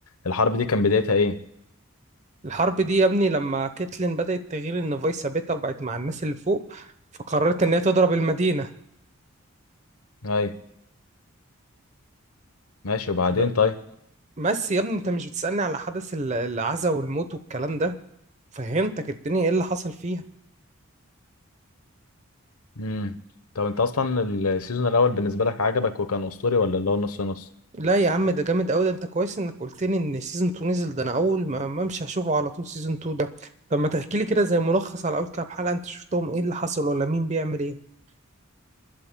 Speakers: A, on the left; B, on the right.
A: الحرب دي كان بدايتها ايه
B: الحرب دي يا ابني لما كيتلين بدأت تغير ان فايس ثابتة وبقت مع الناس اللي فوق فقررت ان هي تضرب المدينة
A: ايوه ماشي وبعدين
B: ب-
A: طيب
B: بس يا ابني انت مش بتسألني على حدث ال- العزا والموت والكلام ده فهمتك الدنيا ايه اللي حصل فيها
A: امم طب انت اصلا السيزون الاول بالنسبه لك عجبك وكان اسطوري ولا اللي هو نص نص
B: لا يا عم ده جامد قوي ده انت كويس انك قلت لي ان سيزون 2 نزل ده انا اول ما ما امشي هشوفه على طول سيزون 2 ده طب ما تحكي لي كده زي ملخص على اول كام حلقة انت شفتهم ايه اللي حصل ولا مين بيعمل ايه